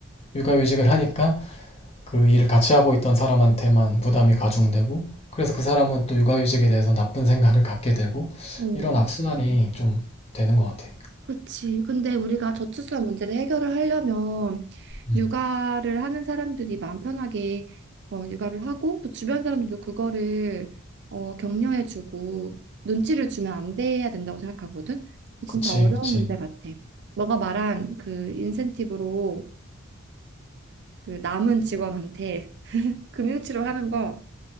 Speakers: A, on the left (about 30°); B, on the right (about 55°).
A: 육아휴직을 하니까 그 일을 같이 하고 있던 사람한테만 부담이 가중되고 그래서 그 사람은 또 육아휴직에 대해서 나쁜 생각을 갖게 되고
B: 어.
A: 이런 악순환이 좀 되는 것 같아.
B: 그치. 근데 우리가 저출산 문제를 해결을 하려면
A: 음,
B: 육아를 하는 사람들이 마음 편하게 어, 육아를 하고 또 주변 사람들도 그거를 어, 격려해주고 눈치를 주면 안 돼야 된다고 생각하거든.
A: 그치,
B: 진짜 어려운
A: 그치.
B: 문제 같아. 너가 말한 그 인센티브로 그 남은 직원한테 <laughs> 금융치료 하는 거